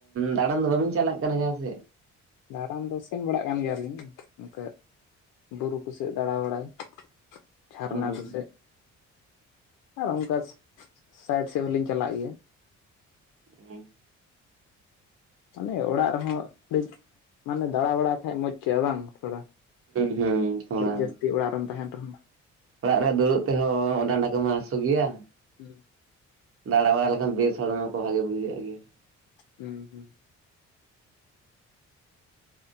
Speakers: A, on the right (about 50°); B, on the left (about 85°).
A: ᱫᱟᱸᱬᱟᱱ ᱫᱚ ᱵᱟᱹᱵᱤᱱ ᱪᱟᱞᱟᱜ ᱠᱟᱱᱟ ᱡᱟᱦᱟᱸ ᱥᱮᱫ?
B: ᱫᱟᱸᱬᱟᱱ ᱫᱚ ᱥᱮᱱ ᱵᱟᱲᱟᱜ ᱠᱟᱱ ᱜᱮᱭᱟᱞᱤᱧ ᱚᱝᱠᱟ ᱾ ᱵᱩᱨᱩ ᱠᱩ ᱥᱮᱫ ᱫᱟᱬᱟ ᱵᱟᱲᱟᱭ ᱾ ᱡᱷᱟᱨᱱᱟ
A: ᱦᱩᱸ
B: ᱠᱚᱥᱮᱫ ᱟᱨ ᱚᱱᱠᱟ ᱥᱟᱭᱤᱰ ᱥᱮᱫ ᱦᱚᱸ ᱞᱤᱧ ᱪᱟᱞᱟᱜ ᱜᱮᱭᱟ ᱾
A: <unintelligible>
B: ᱟᱞᱮ ᱚᱲᱟᱜ ᱨᱮᱦᱚᱸ ᱟᱹᱰᱤ ᱢᱟᱱᱮ ᱫᱟᱬᱟ ᱵᱟᱲᱟᱭ ᱠᱷᱟᱡᱽ ᱢᱚᱸᱡᱽ ᱠᱚᱜᱼᱟ ᱵᱟᱝ ᱛᱷᱚᱲᱟ ᱾
A: ᱦᱩᱸ ᱛᱷᱚᱲᱟ
B: ᱟᱹᱰᱤ ᱡᱟᱹᱥᱛᱤ ᱚᱲᱟᱜ ᱨᱮᱢ ᱛᱟᱦᱮᱱ ᱨᱮᱦᱚᱸ ᱾
A: ᱚᱲᱟᱜ ᱨᱮ ᱫᱩᱲᱩᱵ ᱛᱮᱦᱚᱸ ᱰᱟᱸᱱᱰᱟ ᱠᱚᱢᱟ ᱦᱟᱥᱳ ᱜᱮᱭᱟ ᱾
B: ᱦᱩᱸ ᱾
A: ᱫᱟᱬᱟ ᱵᱟᱲᱟ ᱞᱮᱠᱷᱟᱱ ᱵᱮᱥ ᱦᱚᱲᱢᱚ ᱠᱚ ᱵᱷᱟᱜᱮ ᱵᱩᱡᱷᱟᱹᱜᱼᱟ ᱜᱮᱭᱟ ᱾
B: ᱦᱩᱸ ᱦᱩᱸ ᱾